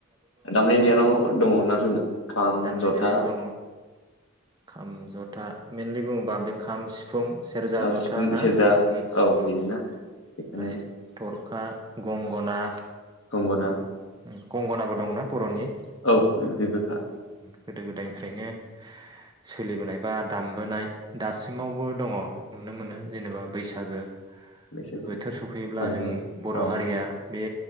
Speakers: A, on the left; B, on the right.
A: दामनाय देनाव दङ ना जोंना खाम
B: दामनाय
A: जथा
B: देनायबो दङ खाम जथा मेनलि बुङोबा बे खाम सि फुं सेरजा जथा
A: सिफुं
B: ना
A: सेरजा
B: उम
A: औ
B: उम
A: बेनोना
B: ओमफ्राय
A: बेखौनो
B: थर खा गंगना
A: गंगना
B: उम गंगनाबो दंना बर'नि
A: औ बेबोखा
B: गोदो गोदायनिफ्रायनो सोलिबोनाय बा दामबोनाय दासिमावबो दङ नुनो मोनो जेनेबा बैसागो
A: बैसागु
B: बोथोर सफैयोब्ला
A: फालिनाय
B: जों बर
A: औ
B: हारिया बे